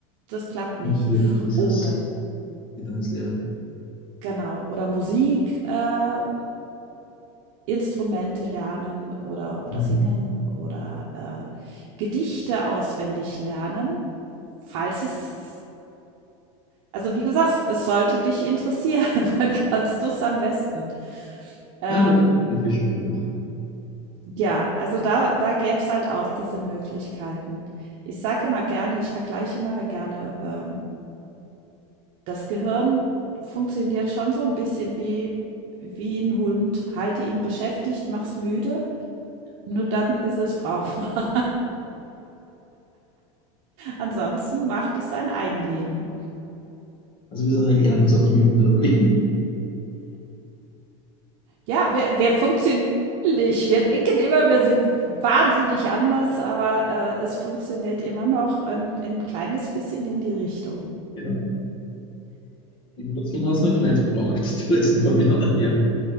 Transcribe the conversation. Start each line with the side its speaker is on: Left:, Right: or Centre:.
Right: das klappt
Left: Funktioniert
Right: nicht.
Left: nicht, das
Right: Oder
Left: ist, geht dann ins Leere.
Right: genau, oder Musik, äh, Instrumente lernen oder, oder
Left: Mhm.
Right: singen oder äh, Gedichte auswendig lernen, falls es, also wie gesagt, es sollte dich interessieren, <laughs> dann kannst du es am besten. Ähm,
Left: Nein, da bin ich eher für Schweigen.
Right: Ja, also da da gäb's halt auch diese Möglichkeiten. Ich sage immer gerne ich vergleiche immer gerne, ähm, das Gehirn funktioniert schon so ein bisschen wie wie ein Hund. Halte ihn beschäftigt, mach's müde, nur dann ist es brauchbar. <laughs> Ansonsten macht es sein Eigenleben.
Left: Also wir sind eigentlich auch nichts anderes wie Hunde, oder wie?
Right: Ja, wir wir funktionieren nicht. Wir denken immer, wir sind wahnsinnig anders, aber, äh, es funktioniert immer noch ein ein kleines bisschen in die Richtung.
Left: Genau. Evolution hat es nicht weit gebraucht, <laughs> die letzten paar Millionen Jahre.